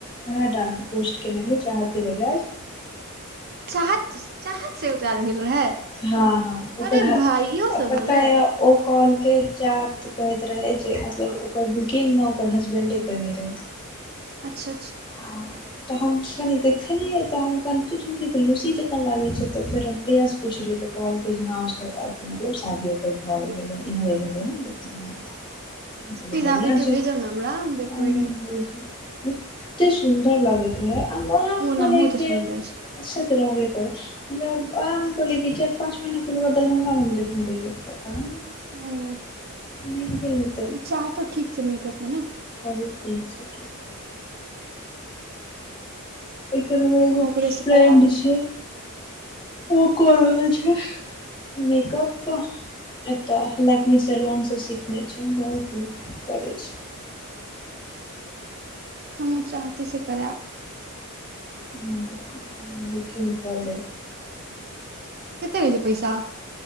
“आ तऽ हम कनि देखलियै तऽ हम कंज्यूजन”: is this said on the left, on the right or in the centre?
Left